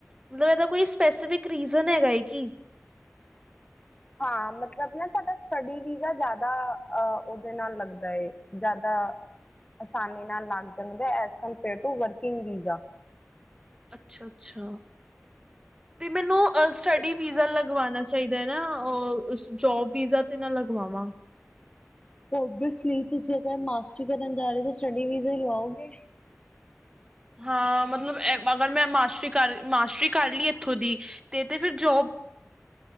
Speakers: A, on the right; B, on the left.
A: ਮਤਲਬ ਇਹਦਾ ਕੋਈ ਸਪੈਸੀਫਿਕ ਰੀਜ਼ਨ ਹੈਗਾ ਹੈਏ ਕਿ
B: ਹਾਂ ਮਤਲਬ ਨਾ ਤੁਹਾਡਾ ਸਟੱਡੀ ਵੀ ਜਿਆਦਾ ਅ ਉਹਦੇ ਨਾਲ ਲਗਦਾ ਹੈ ਜਿਆਦਾ ਆਸਾਨੀ ਨਾਲ ਲਗ ਜਾਦਾ as compare to working visa
A: ਅਛਾ ਅਛਾ ਤੇ ਮੈਨੂੰ ਸਟਡੀ
B: ਇਸ
A: ਵੀਜਾ ਲ ਲਗਵਾਣਾ ਚਾਹੀਦਾ ਹੈ ਨਾ ਅ ਜੋਬ ਵੀਜਾ ਤੇ ਨਾ ਲਗਵਾਵਾਂ
B: ਓਬਵੀਯਸਲੀ ਤੁਸੀ ਅਰ ਮਾਸਰੀ ਕਰਨ ਜਾ ਰਹੇ ਹੋ ਸਟੱਡੀ ਵੀਜਾ ਹੀ ਲਵਾਓਗੇ।
A: ਹਾਂ ਮਤਲਬ ਅਗਰ ਮੈਂ ਮਾਸਟਰੀ ਕਰ ਮਾਸਟਰੀ ਕਰ ਲਈ ਇਥੋ ਦੀ ਤੇ ਤੇ ਫਿਰ ਜੋਬ